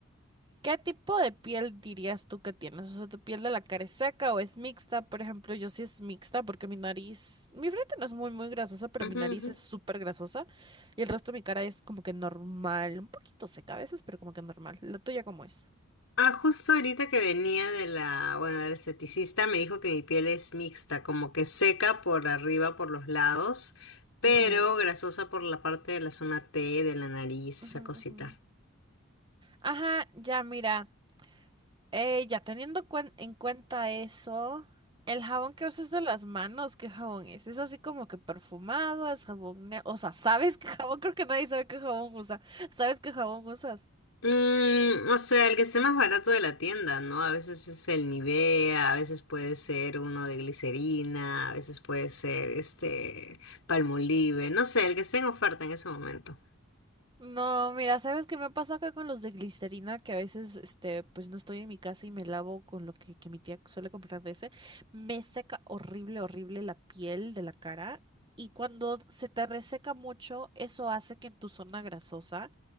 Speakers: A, on the right (about 25°); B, on the left (about 80°).
A: ¿Qué tipo de piel dirías tú que tienes? O sea, ¿tu piel de la cara es seca o es mixta? Por ejemplo, yo sí es mixta porque mi nariz, mi frente no es muy, muy grasosa, pero
B: Ujú,
A: mi nariz
B: ujú.
A: es súper grasosa y el resto de mi cara es como que normal, un poquito seca a veces, pero como que normal. ¿La tuya cómo es?
B: Ah, justo ahorita que venía de la, bueno, del esteticista me dijo que mi piel es mixta, como que seca por arriba, por los lados, pero
A: Ujú,
B: grasosa por la parte de la zona T, de la nariz,
A: ujú,
B: esa cosita.
A: ujú. Ajá, ya mira. Eh, ya teniendo cuen- en cuenta eso, el jabón que usas de las manos, ¿qué jabón es? Es así como que perfumado, es jabón, ne- o sea, ¿sabes qué jabón? <laughs> Creo que nadie sabe qué jabón usa. ¿Sabes qué jabón usas?
B: Mm, o sea, el que esté más barato de la tienda, ¿no? A veces es el Nivea, a veces puede ser uno de glicerina, a veces puede ser este Palmolive, no sé, el que esté en oferta en ese momento.
A: No, mira, ¿sabes qué me ha pasado acá con los de glicerina? Que a veces, este, pues no estoy en mi casa y me lavo con lo que, que mi tía suele comprar de ese. Me seca horrible, horrible la piel de la cara. Y cuando se te reseca mucho, eso hace que en tu zona grasosa